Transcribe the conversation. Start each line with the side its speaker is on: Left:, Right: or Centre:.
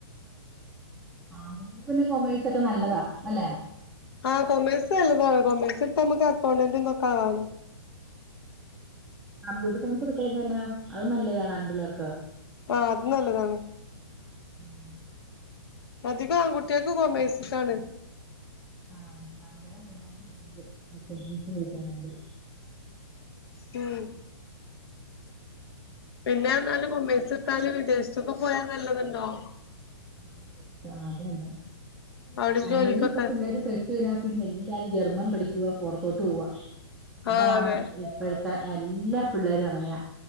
Centre: ആ പിന്നെ കൊമേഴ്സ് ഒക്കെ നല്ലതാ. അല്ലെ?
Left: ആ കൊമേഴ്‌സ് അല്ലതാണ്. കൊമേഴ്‌സ് പ്പം മ്മക്ക് അക്കൗണ്ടന്റും തൊക്കാണ്
Centre: കമ്പ്യൂട്ടർ സയൻസ് എടുത്താലിപ്പ എന്ന? അത് നല്ലതാണാമ്പിള്ളേർക്കാ.
Left: ആഹ് അത്ന്നല്ലതാണ്!
Centre: <unintelligible>
Left: അധികം ആൺകുട്ട്യേക്ക് കൊമേസ്സാണ്
Centre: <unintelligible>
Left: തൻ <unintelligible> പിന്നെ <unintelligible> <unintelligible>
Centre: ആ അതന്നെ
Left: അവിടെയും ജോലിക്കൊക്കെ
Centre: അല്ലെങ്കിലുപ്പ പിള്ളേര് പ്ലസ്ടു കഴിഞ്ഞാ പിന്നെ <unintelligible> യ്യവാ പുൊറത്തോട്ട് പോവാ ഇതാണ്
Left: ആഹ്
Centre: ഇപ്പോഴത്തെ! എല്ലാ പിള്ളേരും അങ്ങനെയാ.